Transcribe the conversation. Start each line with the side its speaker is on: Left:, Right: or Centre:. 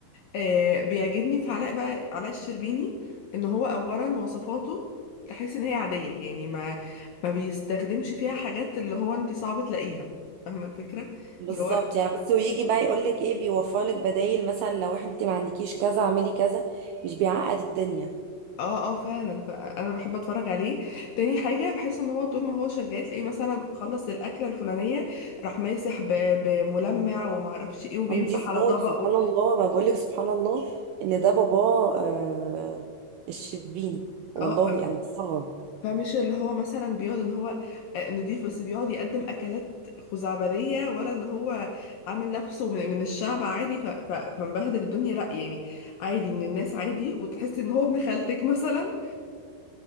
Left: آه بيعجبني في علاء بقى علاء الشربيني ان هو اولا وصفاته تحس ان هي عادية يعني ما ما بيستخدمش فيها حاجات اللي هو انت صعب تلاقيها فاهمة الفكرة
Right: بالظبط
Left: اللي هو
Right: يعني بصي ويجي بقى يقول لك إيه بيوفر لك بدايل مثلا لو إحنا أنت ما عندكيش كذا اعملي كذا مش بيعقد الدنيا
Left: اه اه فعلا فانا بحب اتفرج عليه تاني حاجه بحس ان هو طول ما هو شغال تلاقيه مثلا خلص الاكله الفلانيه راح ماسح ب- بملمع ومعرفش ايه وبيمسح
Right: نضيف
Left: على
Right: موت
Left: طبق
Right: سبحان
Left: و...
Right: الله ما بقولك سبحان الله ان ده باباه آه الشربيني والله
Left: اه ف-
Right: انا بستغرب
Left: فمش اللي هو مثلا بيقعد ان هو آه، نضيف بس بيقعد يقدم اكلات خزعبليه ولا ان هو عامل نفسه من, من الشعب عادي ف... ف... فمبهدل الدنيا لا يعني عادي من الناس عادي وتحس ان هو ابن خالتك مثلا